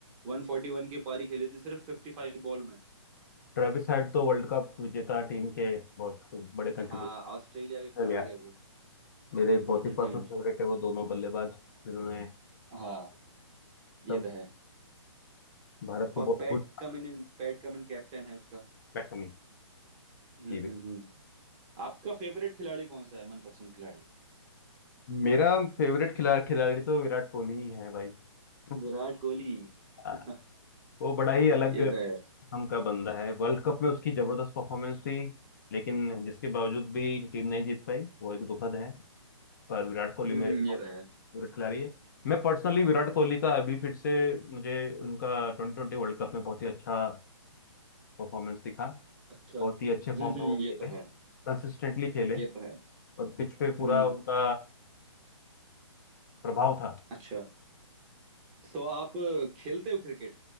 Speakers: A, on the right (about 20°); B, on the left (about 40°).
A: 141 की पारी खेली थी सिर्फ 55 बॉल में
B: ट्रेविस हेड तो वर्ल्ड कप विजेता टीम के बहुत बड़े कंट्रीब्यूटर
A: हाँ ऑस्ट्रेलिया के खिलाड़ी
B: लिया
A: है वो
B: मेरे बहुत
A: हम्म हम्म
B: ही पर्सनल
A: हम्म
B: फेवरेट है वो दोनों बल्लेबाज जिन्होंने
A: हाँ ये
B: सब
A: तो है
B: भारत को
A: और
B: बहुत
A: Pat
B: कुछ
A: Cummins Pat Cummins captain है उसका
B: कमी
A: हम्म
B: जी भाई
A: हम्म हम्म आपका फेवरेट खिलाड़ी कौन सा है मनपसंद खिलाड़ी
B: मेरा फेवरेट खिला खिलाड़ी तो विराट कोहली ही है भाई <laughs>
A: विराट कोहली
B: आ,
A: <laughs>
B: वो बड़ा ही अलग
A: ये तो है
B: हम का बंदा है वर्ल्ड कप में उसकी जबरदस्त परफॉर्मेंस थी लेकिन जिसके बावजूद भी टीम नहीं जीत पाई वो एक दुखद है पर विराट कोहली
A: हम्म
B: मेरे
A: हम्म, ये
B: बहुत
A: तो
B: फेवरेट
A: है
B: खिलाड़ी है मैं पर्सनली विराट कोहली का अभी फिर से मुझे उनका ट्वेंटी ट्वेंटी वर्ल्ड कप में बहुत ही अच्छा परफॉर्मेंस दिखा
A: अच्छा
B: बहुत
A: हम्म
B: ही अच्छे फॉर्म
A: हम्म,
B: में वो
A: ये
B: खेले
A: तो है
B: कंसिस्टेंटली खेले
A: ये तो है
B: और पिच पे पूरा
A: हम्म
B: उनका प्रभाव था
A: अच्छा तो आप खेलते हो क्रिकेट